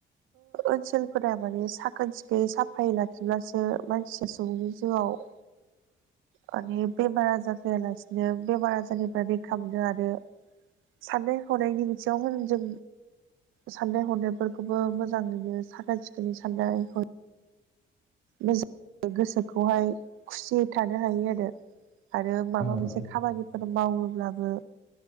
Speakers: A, on the right; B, in the centre.
A: ओनसोलफोरा माने साखोन सिखोनै साफायै लाखिब्लासो मानसिया सुबुंनि जिउआव
B: <inaudible>
A: माने बेमार आजार जायालासे बेमार आजारनिफ्राय रैखा मोनो आरो साननाय हनायनि बिथिङाव होन जों साननाय हनायफोरखौबो मोजाङैनो साखोन सिखोनै साननाय हनाय मोजां गोसोखौहाय खुसियै थानो हायो आरो। आरो माबा
B: औ
A: मोनसे
B: औ
A: खामानिफोर मावोब्लाबो